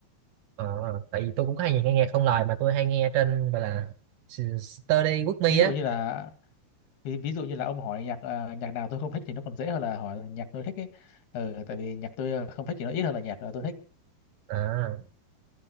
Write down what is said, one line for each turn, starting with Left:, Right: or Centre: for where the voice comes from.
Right: Ờ, ờ, tại vì tôi cũng có hay nghe, nghe không lời mà tôi hay nghe trên gọi là s- Study with me
Left: ví dụ
Right: á
Left: như là ví, ví dụ như là ông hỏi nhạc ờ, nhạc nào tôi không thích thì nó còn dễ hơn là hỏi nhạc tôi thích ấy ừ, tại vì nhạc tôi ờ, không thích thì nó ít hơn là nhạc ờ, tôi thích
Right: à,